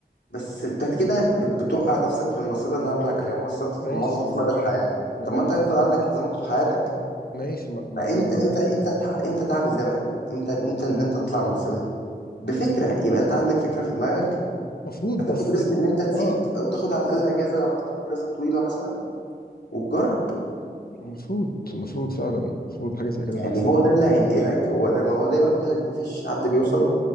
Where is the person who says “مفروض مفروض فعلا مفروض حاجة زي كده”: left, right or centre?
Left